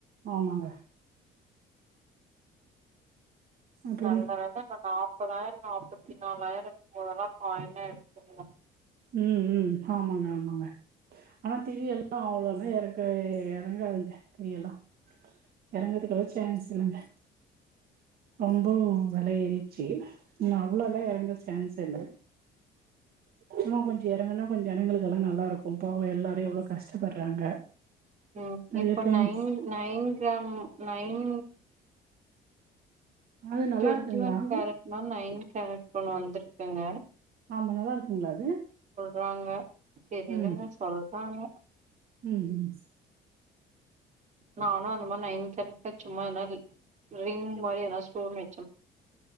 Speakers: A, on the right (about 65°); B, on the right (about 45°).
A: ஆமாங்க அப்புறம்
B: நல்லவேள நாங்க நா முப்பதாயிரோ நாப்பத்தி நாலாயிரோ இருக்கும்போதல்லா காயினா எடுத்துருந்தே.
A: ம் ம் ஆமாங்க ஆமாங்க ஆனா <inaudible> அவ்ளவு ஆ எறங்க எறங்காதுங்க இனியெல்லா எறங்கறதுக்கெல்லா சான்ஸ் இல்லங்க ரொம்ப வெல ஏறிட்ச்சு இன்ன அ வ்ளோ எல்லா எறங்க சான்ஸே இல்ல இன்னு கொஞ்ச எறங்குனா கொஞ்ச ஜனங்களுக்கெல்லா நல்லா இருக்கு பாவோ எல்லாரு எவ்ளோ கஷ்டப்பட்றாங்க
B: ம்
A: நெறைய
B: இப்ப
A: பெண்
B: நைன் நைன் கிராம் நைன்
A: அது நல்லா
B: ட்வெண்டி
A: இருக்குங்களா
B: ஒன்
A: அங்க
B: கேரட்னா நைன் கேரட் ஒண்ணு வந்திருக்குங்க
A: ஆமா நல்லா இருக்குங்களா அது?
B: றாங்க தெரியலங்க
A: ம்
B: சொல்றாங்க
A: ம் ஹும்
B: நானு அந்த மாரி நயின் கேரட் தா சும்மா என்னாடி ரிங் மாரி என்னாச்சு போனே